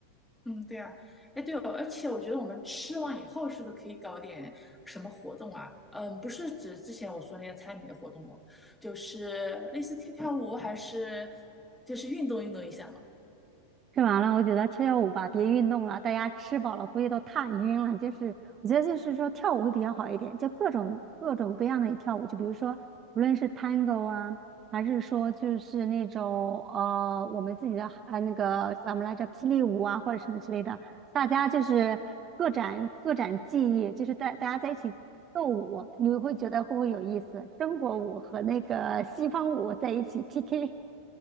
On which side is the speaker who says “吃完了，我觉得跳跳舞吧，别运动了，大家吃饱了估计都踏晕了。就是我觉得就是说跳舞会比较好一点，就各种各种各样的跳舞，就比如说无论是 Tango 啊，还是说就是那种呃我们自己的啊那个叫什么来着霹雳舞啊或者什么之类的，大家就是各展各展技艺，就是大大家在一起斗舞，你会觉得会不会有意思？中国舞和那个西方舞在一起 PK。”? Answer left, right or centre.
Right